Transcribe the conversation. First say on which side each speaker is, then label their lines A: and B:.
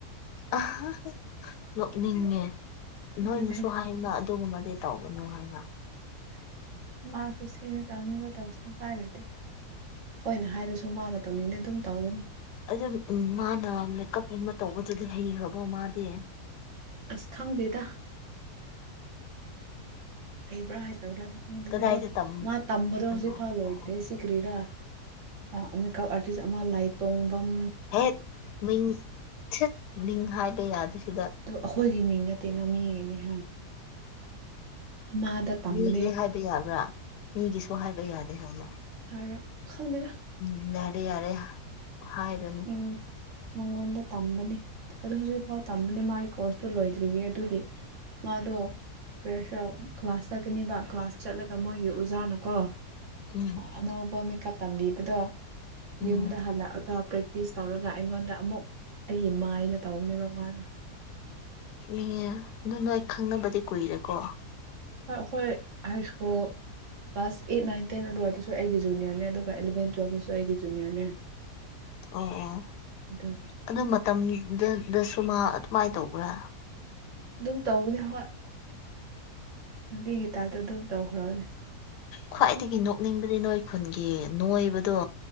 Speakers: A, on the left; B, on the right.
A: ꯑꯍꯥ ꯍꯥ ꯅꯣꯛꯅꯤꯡꯉꯦ
B: ꯑꯗꯨꯅꯦ
A: ꯅꯣꯏꯅꯁꯨ ꯍꯥꯏ ꯑꯩꯅ ꯑꯗꯨꯒꯨꯝꯕꯗꯤ ꯇꯧꯒꯅꯨ ꯍꯥꯏꯅ
B: ꯃꯥ ꯀꯨꯁꯤꯅꯤ ꯇꯅꯤꯡꯕ ꯇꯧꯁꯅꯣ ꯎꯄꯥꯏ ꯂꯩꯇꯦ ꯑꯩꯈꫭꯏꯅ ꯍꯥꯏꯔꯁꯨ ꯃꯥꯅ ꯇꯧꯅꯤꯡꯉꯗꯤ ꯑꯗꯨꯝ ꯇꯧꯒꯅꯤ
A: ꯑꯗꯨꯝ ꯃꯥꯅ ꯃꯦꯀꯞꯀꯨꯝꯕ ꯇꯧꯕꯗꯨꯗꯤ ꯍꯩꯈ꯭ꯔꯕꯣ ꯃꯥꯗꯤ
B: ꯑꯁ ꯈꯪꯗꯦꯗ ꯍꯩꯕ꯭ꯔꯥ ꯍꯩꯕ꯭ꯔꯥ ꯑꯗꯨꯗꯣ
A: ꯀꯗꯥꯏꯗ ꯇꯝ
B: ꯃꯥ ꯇꯝꯕꯗꯣ
A: ꯑꯣ
B: ꯍꯧꯖꯤꯛ ꯐꯥꯎ ꯂꯣꯏꯗ꯭ꯔꯦ ꯁꯤ ꯀꯔꯤꯔꯥ ꯑ ꯃꯦꯀꯞ ꯑꯥꯔꯇꯤꯁ ꯑꯃ ꯂꯥꯏ ꯇꯣꯡꯐꯝ
A: ꯍꯦꯛ ꯃꯤꯡ ꯁꯤꯠ ꯃꯤꯡ ꯍꯥꯏꯕ ꯌꯥꯗꯦ ꯁꯤꯗ
B: ꯑꯣ ꯑꯩꯈꯣꯏꯒꯤ ꯃꯤꯡ ꯅꯠꯇꯦꯅ ꯃꯤꯒꯤꯅꯦ ꯍꯥ ꯃꯥꯗ ꯇꯝꯕꯅꯦ
A: ꯃꯤꯒꯤꯗꯤ ꯍꯥꯏꯕ ꯌꯥꯕ꯭ꯔꯥ ꯃꯤꯒꯤꯁꯨ ꯍꯥꯏꯕ ꯌꯥꯗꯦ ꯍꯥꯏꯅ
B: ꯍꯥꯏꯔꯞ ꯈꯪꯗꯦꯗꯥ
A: ꯎꯝ ꯌꯥꯔꯦ ꯌꯥꯔꯦ ꯍꯥꯏꯔꯅꯨ
B: ꯎꯝ ꯃꯉꯣꯟꯗ ꯇꯝꯕꯅꯤ ꯑꯗꯨ ꯍꯧꯖꯤꯛ ꯐꯥꯎ ꯇꯝꯕꯅꯤ ꯃꯥꯒꯤ ꯀꯣꯔ꯭ꯁꯇꯨ ꯂꯣꯏꯗ꯭ꯔꯤꯌꯦ ꯑꯗꯨꯒꯤ ꯃꯥꯗꫭ ꯄ꯭ꯔꯦꯁ ꯀ꯭ꯂꯥꯁ ꯆꯠꯀꯅꯤꯕ ꯀ꯭ꯂꯥꯁ ꯆꯠꯂꯒ ꯃꯣꯏꯒꯤ ꯑꯣꯖꯥꯅꯀꯣ
A: ꯎꯝ
B: ꯑꯅꯧꯕ ꯃꯦꯀꯞ ꯇꯝꯕꯤꯕꯗꯣ
A: ꯎꯝ
B: ꯌꯨꯝꯗ ꯍꯜꯂꯛꯑꯒ ꯄꯔꯦꯛ ꯄꯦꯛꯇꯤꯁ ꯇꯧꯔꯒ ꯑꯩꯉꯣꯟꯗ ꯑꯃꯨꯛ ꯑꯩꯒꯤ ꯃꯥꯏꯅ ꯇꯧꯕꯅꯦꯕ ꯃꯥꯅ
A: ꯏ ꯑꯗꯨ ꯅꯣꯏ ꯈꯪꯅꯕꯗꯤ ꯀꯨꯏꯔꯦꯀꯣ
B: ꯑꯈꯣꯏ high school class eight nine ten ꯑꯗꯨꯋꯥꯏꯗꯁꯨ ꯑꯩꯒꯤ ꯖꯨꯅꯤꯌꯔꯅꯦ ꯑꯗꯨꯒ ꯑꯦꯂꯕꯦꯟ ꯇꯨꯌꯦꯜꯞꯇꯁꯨ ꯑꯩꯒꯤ ꯖꯨꯅꯤꯌꯔꯅꯦ
A: ꯑꯣ ꯑꯣ
B: ꯑꯗꯨꯒꯤ
A: ꯑꯗꯨ ꯃꯇꯝꯗꯨꯗ ꯁꯨꯃ ꯑꯗꯨꯃꯥꯏꯅ ꯇꯧꯕ꯭ꯔꯥ
B: ꯑꯗꯨꯝ ꯇꯧꯕꯅꯦ ꯍꯣꯏ ꯅꯨꯄꯤꯒꯤ ꯇꯥꯏꯞꯇ ꯑꯗꯨꯝ ꯇꯧꯈ꯭ꯔꯕꯅꯦ
A: ꯈ꯭ꯋꯥꯏꯗꯒꯤ ꯅꯣꯛꯅꯤꯡꯕꯗꯤ ꯅꯣꯏ ꯈꯨꯟꯒꯤ ꯅꯣꯏꯕꯗꯣ